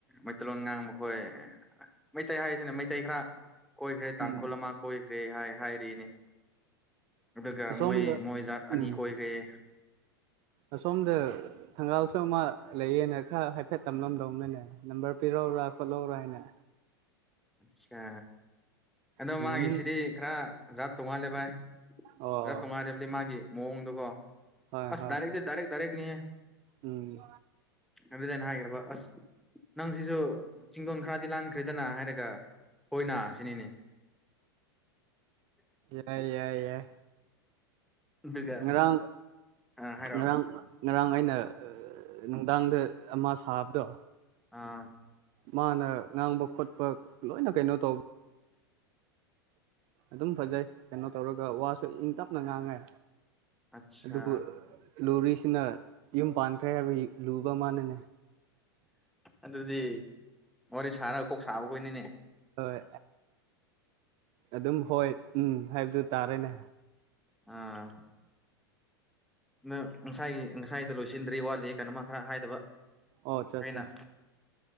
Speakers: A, in the centre; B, on the right.
A: ꯃꯩꯇꯩꯂꯣꯟ ꯉꯥꯡꯕ ꯍꯣꯏ ꯃꯩꯇꯩ ꯍꯥꯏꯔꯤꯁꯤꯅ ꯃꯩꯇꯩ ꯈꯔ ꯀꯣꯏꯈ꯭ꯔꯦ ꯇꯥꯡꯈꯨꯜ
B: ꯎꯝ
A: ꯑꯃ ꯀꯣꯏꯈ꯭ꯔꯦ ꯍꯥꯏ ꯍꯥꯏꯔꯤꯅꯦ ꯑꯗꯨꯒ
B: ꯑꯁꯣꯝꯗ
A: ꯃꯣꯏ ꯃꯣꯏ ꯖꯥꯠ ꯑꯅꯤ
B: ꯎꯝ
A: ꯀꯣꯏꯈ꯭ꯔꯦꯌꯦ
B: ꯑꯁꯣꯝꯗ ꯊꯪꯒꯥꯜꯁꯨ ꯑꯃ ꯂꯩꯌꯦꯅ ꯈꯔ ꯍꯥꯏꯐꯦꯠ ꯇꯝꯂꯝꯗꯧꯅꯅꯦ ꯅꯝꯕꯔ ꯄꯤꯔꯛ ꯎꯔꯥ ꯈꯣꯠꯂꯧꯔꯥ ꯍꯥꯏꯅ
A: ꯑꯠꯆꯥ ꯑꯗꯣ
B: ꯎꯝ
A: ꯃꯥꯒꯤꯁꯤꯗꯤ ꯈꯔ ꯖꯥꯠ ꯇꯣꯡꯉꯥꯜꯂꯦ ꯚꯥꯏ
B: ꯑꯣ
A: ꯖꯥꯠ ꯇꯣꯉꯥꯜꯂꯦꯑꯕꯗꯤ ꯃꯥꯒꯤ ꯃꯑꯣꯡꯗꯨꯀꯣ
B: ꯍꯣꯏ
A: ꯑꯁ
B: ꯍꯣꯏ
A: ꯗꯥꯏꯔꯦꯛꯇꯤ ꯗꯥꯏꯔꯦꯛ ꯗꯥꯏꯔꯦꯛꯅꯤꯌꯦ
B: ꯎꯝ
A: ꯑꯗꯨꯗꯤ ꯑꯩꯅ ꯍꯥꯏꯒꯔꯕ ꯑꯁ ꯅꯪ ꯁꯤꯁꯨ ꯆꯤꯡꯗꯣꯟ ꯈꯔꯗꯤ ꯂꯥꯟꯈ꯭ꯔꯦꯗꯅ ꯍꯥꯏꯔꯒ ꯍꯣꯏꯅꯥ ꯖꯤꯅꯤꯅꯦ
B: ꯌꯥꯏ ꯌꯥꯏ ꯌꯥꯏ
A: ꯑꯗꯨꯒ
B: ꯉꯔꯥꯡ
A: ꯑꯥ ꯍꯥꯏꯔꯣ
B: ꯉꯔꯥꯡ ꯉꯔꯥꯡ ꯑꯩꯅ ꯑ ꯅꯨꯡꯗꯥꯡꯗ ꯑꯃ ꯁꯥꯕꯗꯣ
A: ꯑ
B: ꯃꯥꯅ ꯉꯥꯡꯕ ꯈꯣꯠꯄ ꯂꯣꯏꯅ ꯀꯩꯅꯣ ꯇꯧ ꯑꯗꯨꯝ ꯐꯖꯩ ꯀꯩꯅꯣ ꯇꯧꯔꯒ ꯋꯥꯁꯨ ꯏꯪ ꯇꯞꯅ ꯉꯥꯡꯉꯦ
A: ꯑꯠꯆꯥ
B: ꯑꯗꯨꯕꯨ ꯂꯨꯔꯤꯁꯤꯅ ꯌꯨꯝ ꯄꯥꯟꯈ꯭ꯔꯦ ꯍꯥꯏꯕꯒꯔ ꯂꯨꯕ ꯑꯃꯅꯦꯅꯦ
A: ꯑꯗꯨꯗꯤ ꯋꯥꯔꯤ ꯁꯥꯔꯒ ꯀꯣꯛ ꯁꯥꯕ ꯈꯣꯏꯅꯤꯅꯦ
B: ꯍꯣꯏ ꯑꯗꯨꯝ ꯍꯣꯏ ꯎꯝ ꯍꯥꯏꯕꯗꯨ ꯇꯥꯔꯦꯅꯦ
A: ꯑ ꯗꯨ ꯉꯁꯥꯏꯒꯤ ꯉꯁꯥꯏꯗꯣ ꯂꯣꯏꯁꯤꯟꯗ꯭ꯔꯤ ꯋꯥꯠꯂꯤ ꯀꯩꯅꯣꯝꯃ ꯈꯔ ꯍꯥꯏꯗꯕ
B: ꯑꯣ ꯑꯠꯆꯥ
A: ꯑꯩꯅ
B: ꯑꯠꯆꯥ